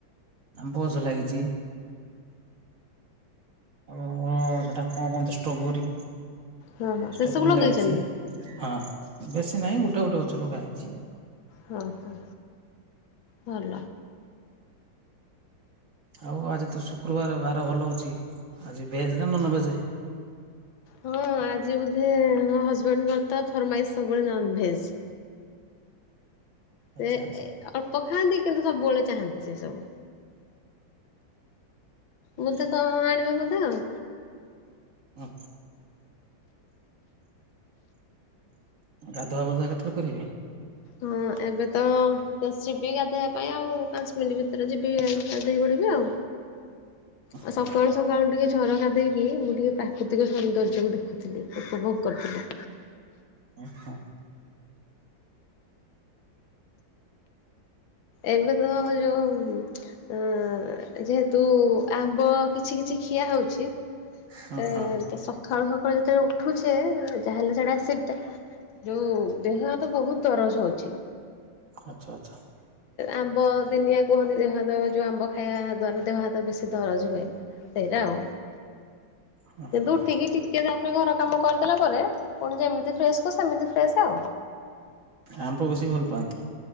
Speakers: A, on the right; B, on the left.
A: ଆମ୍ବ ଗଛ ଲାଗିଚି। ଆଉ ଆମର ସେଟା କଣ କହନ୍ତି ଷ୍ଟବରୀ।
B: ହଁ ହଁ
A: ଷ୍ଟବରି
B: ସେ ସବୁ ଲଗେଇଛନ୍ତି
A: ଲାଗିଚି ହଁ ବେଶୀ ନାହିଁ ଗୋଟେ ଗୋଟେ ଗଛ ଲଗା ହେଇଛି ଆଉ।
B: ହଁ ହଁ ଭଲ।
A: ଆଉ ଆଜି ତ ଶୁକ୍ରବାର ବାର ଭଲ ଅଛି, ଆଜି ଭେଜ ନା ନନଭେଜେ?
B: ହଁ ଆଜି ବୋଧେ ମୋ ହଜବେଣ୍ଡଙ୍କର ତ ଫରମାଇଶ ସବୁବେଳେ ନନଭେଜ।
A: ଆଚ୍ଛା
B: ସେ ଏ
A: ଆଚ୍ଛା
B: - ଏ - ଆପ <unintelligible> କିନ୍ତୁ ସବୁବେଳେ ଚାହାନ୍ତି ସେ ସବୁ।
A: ଆଚ୍ଛା
B: ବୋଧେ କଣ କଣ ଆଣିବେ ବୋଧେ ଆଉ?
A: ହଁ। ଗାଧୁଆ ପାଧୁଆ କେତେବେଳେ କରିବେ?
B: ହଁ ଏବେ ତ ବେଶୀ ବିି ଗାଧେଆ ପାଇଁ ଆଉ ପାଞ୍ଚ ମିନିଟ୍ ଭିତରେ ଯିବି ଯାଇକି ଗାଧେଇ ପଡ଼ିବି ଆଉ। ଆ
A: ହଁ
B: ସକାଳୁ-ସକାଳୁ ଟିକେ ଝରକା ଦେଇକି ମୁଁ ଟିକିଏ ପ୍ରାକୃତିକ ସୌନ୍ଦର୍ଯ୍ୟକୁ ଦେଖୁଥିଲି ଉପଭୋଗ କରୁଥିଲି।
A: ଓ ହୋ।
B: ଏବେ ତ ଯୋଉ ଅ ଯେହେତୁ ଆମ୍ବ କିଛି କିଛି ଖିଆ ହଉଛି
A: ହଁ
B: ତା-ତା
A: ହଁ
B: ସଖାଳୁ ସକାଳୁ ଯେତେବେଳେ ଉଠୁଛେ ଯାହା ହେଲେ ସେଟା ଆସି ଟା। ଯୋଉଁ ଦେହ ହାତ ବହୁତ୍ ଦରଜ୍ ହଉଚି।
A: ଆଚ୍ଛା-ଆଚ୍ଛା।
B: ଆମ୍ବ ଦିନିଆ କୁହନ୍ତି ଦେହ ହାତ ଯୋଉ ଆମ୍ବ ଖାଇବା ଦ୍ଵାରା ଦେହ ହାତ ବେଶୀ ଦରଜ ହୁଏ। ସେଇରା ଉ।
A: ହଁ
B: କିନ୍ତୁ
A: ହଁ
B: ଉଠିକି ଟିକେ ତାପରେ ଘର କାମ କରିଦେଲା ପରେ ପୁଣି ଯେମିତି ଫ୍ରେଶ କୁ ସେମିତି ଫ୍ରେଶ ଆଉ।
A: ଆମ୍ବ ବେଶି ଭଲ ପାଆନ୍ତି।